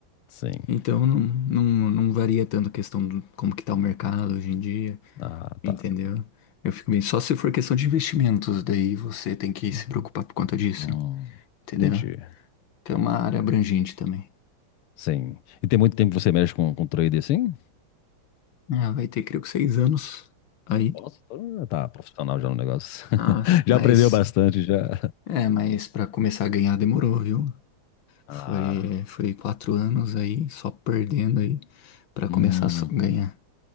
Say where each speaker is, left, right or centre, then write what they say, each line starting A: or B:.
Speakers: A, on the left (about 80°); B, on the left (about 65°).
A: sim.
B: Então não, não, não varia tanto a questão de como que tá o mercado hoje em dia,
A: Ah, tá.
B: Entendeu? Eu fico bem. Só se for questão de investimentos, daí você tem que se preocupar por conta disso.
A: Hum,
B: Entendeu?
A: entendi.
B: Que é uma área abrangente também.
A: Sim. E tem muito tempo que você mexe com, com trade assim?
B: Ah, vai ter, creio que seis anos aí.
A: Nossa, tá, tá profissional já no negócio. <laughs>
B: Ah,
A: Já
B: mas.
A: aprendeu bastante, já.
B: É, mas para começar a ganhar demorou, viu?
A: Ah,
B: Foi, foi quatro anos aí, só perdendo aí, para
A: hum,
B: começar a so- ganhar.